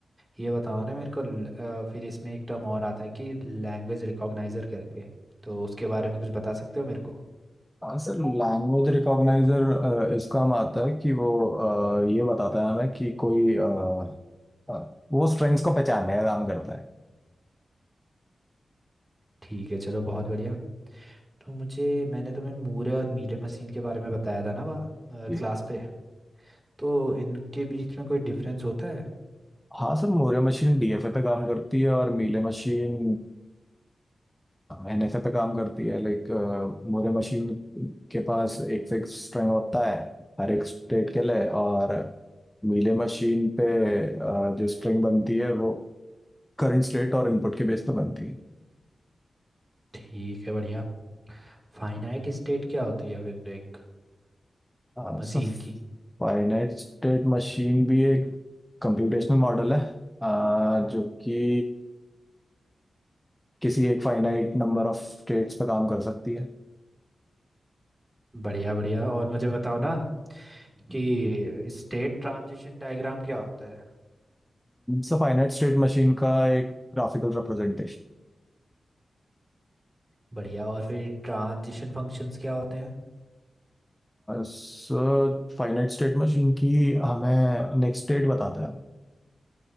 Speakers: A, on the right; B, in the centre.
A: ये बताओ ना मेरे को ल- अ, फिर इसमें एक टर्म और आता है कि लैंग्वेज रिकॉग्नाइजर करके तो उसके बारे में कुछ बता सकते हो मेरे को
B: हाँ सर लैंग्वेज रिकॉग्नाइजर इसका काम आता है कि वो आ, ये बताता है हमें कि कोई आ, आ, वो स्ट्रिंग्स को पहचानने का काम करता है
A: ठीक है चलो बहुत बढ़िया तो मुझे मैंने तुम्हें मूरे और मीले मशीन के बारे में बताया था ना वहाँ
B: जी
A: क्लास पे तो इनके बीच में कोई डिफरेंस होता है
B: हाँ सर मोरे मशीन डीएफए पे काम करती है और मीले मशीन एनएफए पे काम करती है लाइक मोरे मशीन के पास एक फिक्स स्ट्रिंग होता है हर एक स्टेट के लिए और मीले मशीन पे अ, जो स्ट्रिंग बनती है वो करंट स्टेट और इनपुट के बेस पे बनती
A: ठीक है बढ़िया फाइनाइट स्टेट क्या होती है फिर एक
B: है
A: मशीन
B: सो
A: की
B: फाइनाइट स्टेट मशीन भी एक कंप्यूटेशनल मॉडल है अ, जो कि किसी एक फाइनाइट नंबर ऑफ स्टेट्स पे काम कर सकती है
A: बढ़िया बढ़िया और मुझे बताओ ना कि स्टेट ट्रांजिशन डायग्राम क्या होता है
B: सो फाइनाइट स्टेट मशीन का एक graphical representation
A: बढ़िया और फिर ट्रांजिशन फंक्शंस क्या होते हैं
B: Sir finite state machine की हमें नेक्स्ट स्टेट बताता है